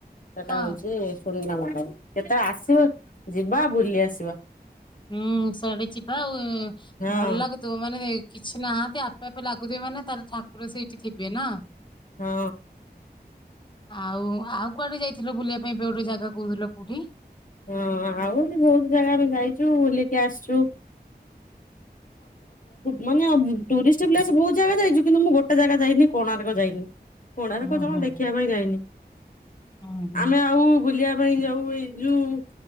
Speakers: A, on the left; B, on the left.
A: । ସେଟା
B: ହଁ
A: ହଉଛି ଶୂନ୍ୟ ମଣ୍ଡପ । କେତେବେଳେ ଆସିବ ଯିବା ବୁଲି ଆସିବା ।
B: ଉଁ ସେଆଡ଼େ ଯିବା ଆଉ
A: ହଁ
B: ଭଲ ଲାଗୁଥିବ ମାନେ କିଛି ନାହାନ୍ତି ଆପେ ଆପେ ଲାଗୁଥିବ ମାନେ ତାହେଲେ ଠାକୁର ସେଇଠି ଥିବେ ନା?
A: ହଁ
B: ଆଉ ଆଉ କୁଆଡେ ଯାଇଥିଲ ବୁଲିବା ପାଇଁ ଏବେ ଗୋଟେ ଜାଗା କହୁଥିଲ କୋଉଠି ।
A: ହଁ ଆଉ ବହୁତ ଜାଗା ଆମେ ଯାଇଛୁ ବୁଲିକି ଆସିଛୁୁ ବ ମାନେ ଟୁରିଷ୍ଟ ପ୍ଲେସ୍ ବହୁତ ଜାଗା ଯାଇଛୁ କିନ୍ତୁ ମୁଁ ଗୋଟେ ଜାଗା ଯାଇନି କୋଣାର୍କ ଯାଇନି କୋଣାରକ
B: ହୁଁ
A: ଜମା
B: ହୁଁ
A: ଦେଖିବା ପାଇଁ ଯାଇନି
B: ହୁଁ ହୁଁ
A: ଆମେ ଆଉ ବୁଲିବା <unintelligible> ଯୋଉଁ